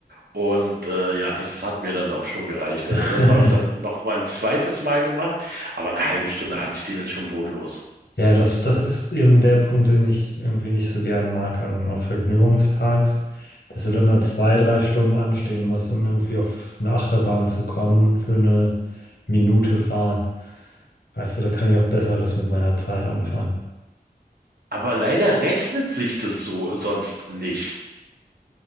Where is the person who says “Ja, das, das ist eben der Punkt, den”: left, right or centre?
Left